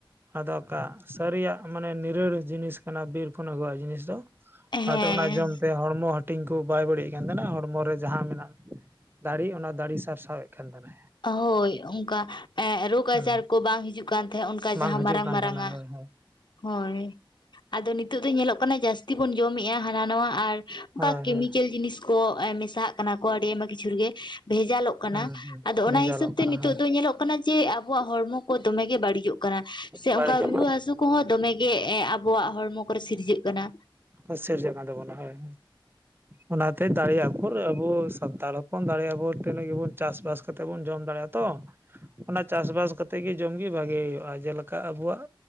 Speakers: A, on the right; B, on the left.
A: ᱟᱫᱚ ᱚᱠᱟ ᱥᱟᱹᱨᱤᱭᱟᱜ ᱢᱟᱱᱮ ᱱᱤᱨᱟᱹᱲ ᱡᱤᱱᱤᱥ ᱠᱟᱱᱟ ᱵᱤᱨ ᱠᱷᱚᱱᱟ ᱟᱹᱜᱩᱣᱟᱜ ᱡᱤᱱᱤᱥ ᱫᱚ,
B: ᱦᱮᱸ
A: ᱟᱫᱚ ᱚᱱᱟᱛᱮ ᱚᱱᱟ ᱡᱚᱢ ᱛᱮ ᱦᱚᱲᱢᱚ ᱦᱟᱹ ᱴᱤᱝ ᱠᱚ ᱵᱟᱭ ᱵᱟᱹᱲᱤᱜ ᱠᱟᱱ ᱛᱟᱦᱮᱸᱱᱟ ᱦᱚᱲᱢᱚ ᱨᱮ ᱡᱟᱦᱟᱸ ᱢᱮᱱᱟᱜ ᱫᱟᱲᱮ ᱚᱱᱟ ᱫᱟᱲᱮ ᱥᱟᱨᱥᱟᱣᱮᱜ ᱠᱟᱱ ᱛᱟᱦᱮᱸᱱᱟᱭ᱾
B: ᱦᱳᱭ ᱚᱝᱠᱟ ᱮᱸᱜ ᱨᱳᱜᱽ
A: ᱦᱩᱸ
B: ᱟᱡᱟᱨ ᱠᱚ ᱵᱟᱝ ᱦᱤᱡᱩᱜ ᱠᱟᱱ ᱛᱟᱦᱮᱸᱜ ᱚᱝᱠᱟ
A: ᱵᱟᱝ
B: ᱡᱟᱦᱟᱸ
A: ᱦᱤᱡᱩᱜ
B: ᱢᱟᱨᱟᱝ
A: ᱠᱟᱱ
B: ᱢᱟᱨᱟᱝᱟᱜ
A: ᱛᱟᱦᱮᱱᱟ ᱦᱳᱭ ᱦᱳᱭ
B: ᱦᱳᱭ ᱟᱫᱚ ᱱᱤᱛᱳᱜ ᱫᱚ ᱧᱮᱞᱚᱜ ᱠᱟᱱᱟ ᱡᱟᱹᱥᱛᱤ ᱵᱚᱱ ᱡᱚᱢᱮᱜ-ᱟ ᱦᱟᱱᱟ ᱱᱟᱣᱟ ᱟᱨ ᱚᱝᱠᱟ
A: ᱦᱳᱭ ᱦᱳᱭ
B: ᱠᱮᱢᱤᱠᱮᱞ
A: ᱦᱳᱭ
B: ᱡᱤᱱᱤᱥ ᱠᱚ ᱢᱮᱥᱟᱜ ᱮᱸ ᱠᱟᱱᱟ ᱠᱚ ᱟᱹᱰᱤ ᱟᱭᱢᱟ ᱠᱤᱪᱷᱩ ᱨᱮᱜᱮ ᱵᱷᱮᱡᱟᱞᱚᱜ ᱠᱟᱱᱟ
A: ᱦᱩᱸ ᱦᱩᱸ
B: ᱟᱫᱚ
A: ᱵᱷᱮᱡᱟᱞᱚᱜ
B: ᱚᱱᱟ ᱦᱤᱥᱟᱹᱵᱽ ᱛᱮ
A: ᱠᱟᱱᱟ
B: ᱱᱤᱛᱚᱜ
A: ᱦᱳᱭ
B: ᱫᱚ ᱧᱮᱞᱚᱜ ᱠᱟᱱᱟ ᱡᱮ ᱟᱵᱚᱣᱟᱜ ᱦᱚᱲᱢᱚ ᱠᱚ ᱫᱚᱢᱮ ᱜᱮ ᱵᱟᱹᱲᱤᱡᱚᱜ ᱠᱟᱱᱟ ᱥᱮ
A: ᱵᱟᱹᱲᱤᱡᱚᱜ
B: ᱚᱱᱠᱟ ᱨᱩᱣᱟᱹ ᱦᱟᱹᱥᱩ᱾ ᱠᱚᱦᱚᱸ ᱫᱚᱢᱮᱜᱮ ᱮ ᱟᱵᱚᱣᱟᱜ ᱦᱚᱲᱢᱚ ᱠᱚᱨᱮ ᱥᱤᱨᱡᱟᱹᱜ ᱠᱟᱱᱟ᱾
A: ᱥᱤᱨᱡᱟᱹ ᱠᱟᱱ ᱛᱟᱵᱚᱱᱟ ᱦᱳᱭ ᱚᱱᱟᱛᱮ ᱫᱟᱲᱮ ᱟᱯᱷᱚᱨ ᱟᱵᱚ ᱥᱟᱱᱛᱟᱲ ᱦᱚᱯᱚᱱ ᱫᱟᱲᱮᱭᱟᱜ ᱛᱮ ᱵᱚᱱ ᱛᱤᱱᱟᱹᱜ ᱜᱮᱵᱚᱱ ᱪᱟᱥ ᱵᱟᱥ ᱠᱟᱛᱮ ᱵᱚᱱ ᱡᱚᱢ ᱫᱟᱲᱮᱭᱟᱜᱼᱟ ᱛᱚ᱾ ᱚᱱᱟ ᱪᱟᱥᱼᱵᱟᱥ ᱠᱟᱛᱮᱜ ᱜᱮ ᱡᱚᱢ ᱜᱮ ᱵᱷᱟᱜᱮ ᱦᱩᱭᱩᱜᱼᱟ ᱡᱮᱞᱮᱠᱟ ᱟᱵᱚᱣᱟᱜ